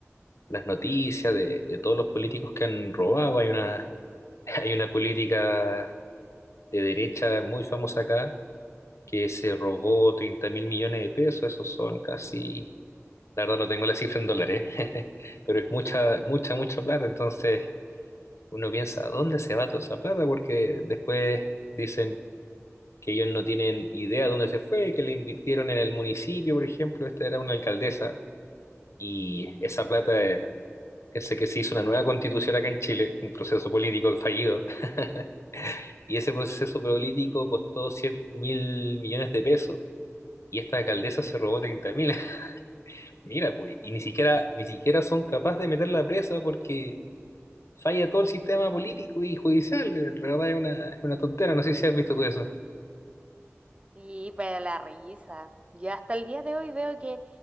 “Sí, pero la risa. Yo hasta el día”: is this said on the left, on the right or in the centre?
Right